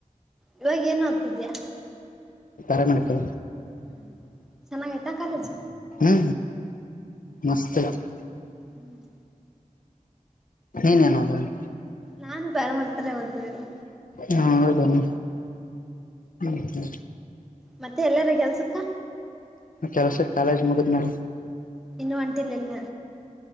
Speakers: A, in the centre; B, on the left.
A: ಇವಾಗ ಏನೋದತಿದಿಯಾ
B: ಪ್ಯಾರ್ ಮೇಡಿಕಲ
A: ಹ್ಮ್ ಚೆನ್ನಾಗ ಆಯ್ತಾ ಕಾಲೇಜ್
B: ಹ ಮಸ್ತ <inaudible>
A: ಹ್ಮ್
B: ನೀನೇನು <inaudible>
A: ನಾನು ಪ್ಯಾರ ಮಾಡ್ಕಿಲ್ಲೇ ಓದತಿದಿನಿ
B: ಹಾ ಹೌದ ಹ್ಮ ಹ್ಮ
A: ಮತ್ತೆ ಎಲ್ಲಾರ ಕೆಲ್ಸಕ್ಕ
B: ಕೆಲ್ಸಕ್ಕೆ ಕಾಲೇಜ್ ಮುಗಿದ್ಮಲೆ
A: ಇನ್ನು ಒಂಟಿಲ್ಲಿಲ್ಲ